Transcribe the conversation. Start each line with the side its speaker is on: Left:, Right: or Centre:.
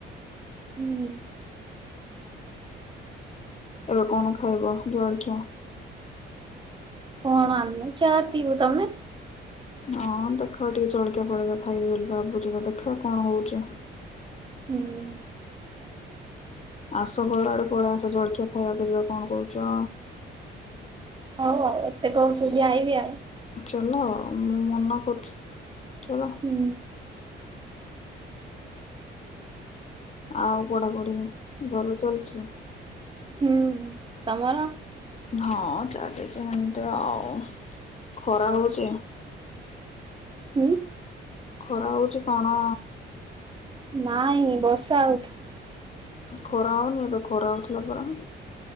Right: ହୁଁ।
Left: ଏବେ କଣ ଖାଇବ ଜଳଖିଆ?
Right: କଣ ଆଣିମି ଚା ପିଇବୁ, ତମେ?
Left: ହଁ ଦେଖିବା ଟିକେ ଜଳିକିଆ ଫଳିକଆ ଖାଇବି ବୋଲି ଭାବୁଛି ତ ଦେଖିବା କଣ ହଉଛି।
Right: ହୁଁ।
Left: ଆସ ଘର ଆଡେ ପଳେଇ ଆସ, ଜଳଖିଆ ଖାଇବାକୁ ଯିବା କଣ କହୁଛ?
Right: ହଉ ଆଉ ଏତେ କହୁଚ ଯଦି ଆଇବି ଆଉ।
Left: ଚାଲ ମୁଁ ମନା କରୁଚି, ଚାଲ।
Right: ହୁଁ।
Left: ଆଉ ପଢ଼ାପଢ଼ି ଭଲ ଚାଲିଛି?
Right: ହୁଁ, ତମର?
Left: ହଁ ଚାଲିିଛି ହେମତି ଆଉ, ଖରା ହଉଛି?
Right: ହୁଁ।
Left: ଖରା ହଉଛି କଣ
Right: ନାଇଁ ବର୍ଷା ହଉଚି।
Left: ଖରା ହଉନି ଏବେ ଖରା ହଉଥିଲା ପରା।